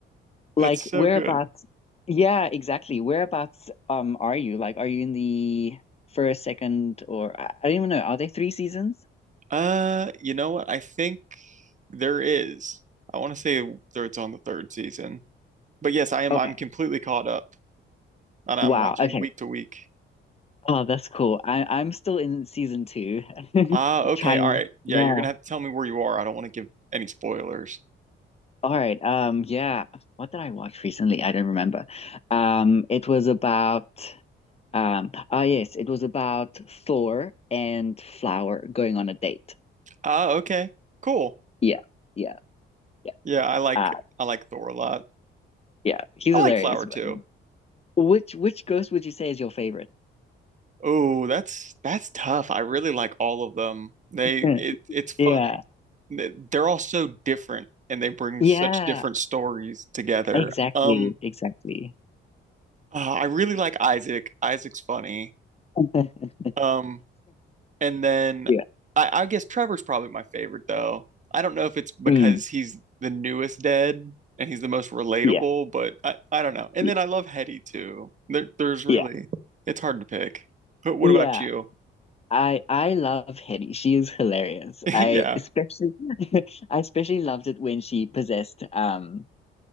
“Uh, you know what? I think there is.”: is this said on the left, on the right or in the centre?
Right